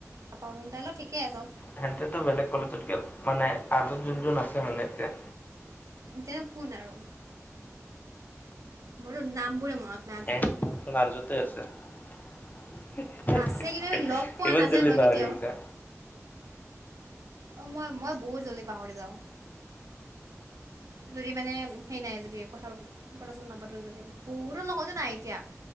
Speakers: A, on the right; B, on the left.
A: নাপাওঁ তাইৰ লগত ঠিকেই আছে
B: সেহতেঁতো, বেলেগ কলেজত গেল, মানে আৰু যোন, যোন আছে মানে এতিয়া।
A: <unintelligible> কোন আৰু? মোৰ নাম বোৰে মনত নাই আধা
B: এ, <unintelligible>
A: আধি
B: আছে। <unintelligible>
A: আছে কিন্তু আমি লগ পোৱা
B: ইমান
A: নাযায়
B: জল্দি
A: নহয়
B: পাহৰি
A: কেতিয়াও
B: গৈছা।
A: অ', মই, মই বহুত জলদি পাহৰি যাওঁ। যদি, মানে হেই নাই যদি কথা পা কথা চথা নাপাতো যদি, বহুতৰ লগত এ নাই এতিয়া।